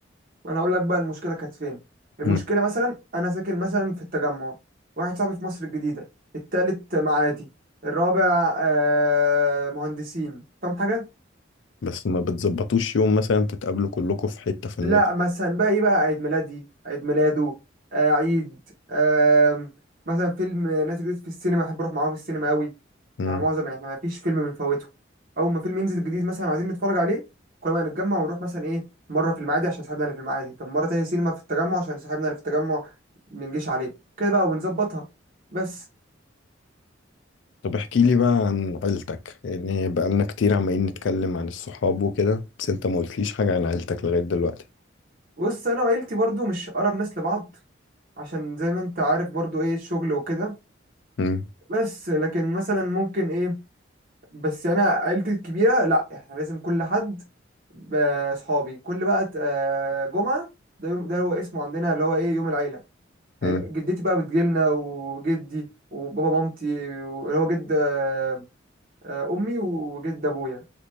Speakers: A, on the right; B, on the left.
A: ما انا هقول لك بقى المشكله كانت فين المشكله
B: مم.
A: مثلا انا ساكن مثلا في التجمع واحد صاحبي في مصر الجديده التالت معادي الرابع آه مهندسين فاهم حاجه
B: بس ما بتظبطوش يوم مثلا تتقابلوا كلكم في حتة في النص
A: لا مثلا بقى ايه بقى عيد ميلادي عيد ميلاده آه عيد آه مثلا فيلم نازل جديد في السينما احب اروح معاهم السينما قوي
B: مم.
A: مع معظم احنا ما فيش فيلم بنفوته اول ما فيلم ينزل جديد مثلا عايزين نتفرج عليه كل ما نتجمع ونروح مثلا ايه مره في المعادي عشان صاحبنا اللي في المعادي طب مره تانية سينما في التجمع عشان صاحبنا اللي في التجمع منجيش عليه كده بقى ونظبطها بس
B: طب احكي لي بقى عن عيلتك يعني بقالنا كتير عمالين نتكلم عن الصحاب وكده بس انت ما قلتليش حاجة عن عيلتك لغاية دلوقتي
A: بص انا وعيلتي برضو مش اقرب ناس لبعض عشان زي ما انت عارف برضو ايه الشغل وكده
B: مم.
A: بس لكن مثلا ممكن ايه بس يعني انا عيلتي الكبيره لا احنا لازم كل حد ب- اصحابي كل بقى آه، جمعه ده يوم ده هو اسمه عندنا اللي هو ايه يوم العيله عيل-
B: مم.
A: جدتي بقى بتجيلنا وجدي وبابا مامتي و- اللي هو جد آه، آه، امي وجد ابويا